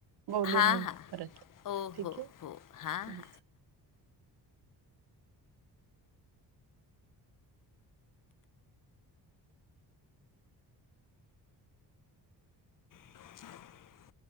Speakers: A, on the right; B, on the left.
A: बोलू
B: हां
A: मग
B: हां
A: परत.
B: ओ
A: ठीके?
B: हो हो हां
A: अं
B: हां <inaudible>